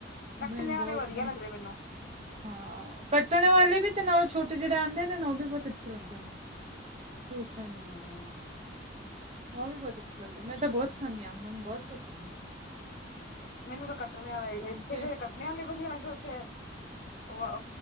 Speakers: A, on the left (about 50°); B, on the right (about 35°).
A: ਕੱਟਣੇ
B: ਮੈਂ
A: ਵਾਲੇ
B: ਬਹੁਤ
A: ਵਧੀਆ
B: ਮਨ
A: ਲੱਗਦੇ ਮੈਨੂੰ।
B: ਹਾਂ, ਕੱਟਣ ਵਾਲੇ ਵੀ ਤੇ ਨਾਲੋਂ ਛੋਟੇ ਜਿਹੜੇ ਆਂਦੇ ਨੇ, ਉਹ ਵੀ ਬਹੁਤ ਅੱਛੇ ਲੱਗਦੇ ਨੇ। ਚੂਸਣ ਨੂੰ।
A: ਹੂੰ
B: ਉਹ ਵੀ ਬਹੁਤ ਅੱਛੇ ਲੱਗਦੇ, ਮੈਂ ਤਾ, ਬਹੁਤ ਖਾਂਦੀ ਹਾ ਅਮ ਬਹੁਤ ਪਸੰਦ ਏ।
A: ਮੈਨੂੰ ਤਾਂ ਕੱਟਣ ਵਾਲੇ,
B: ਹੁਣ
A: ਇੱਥੇ
B: ਕੇ
A: ਦੇ ਕੱਟਣੇ ਵਾਲੇ ਵਧੀਆ ਲੱਗਦੇ, ਉੱਥੇ, ਉਹ